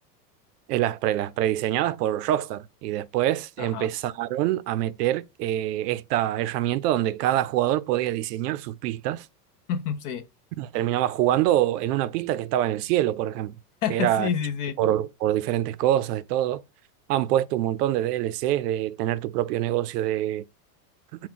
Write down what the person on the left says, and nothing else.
Ajá.
<laughs> Sí,
<laughs>
sí,
sí, sí.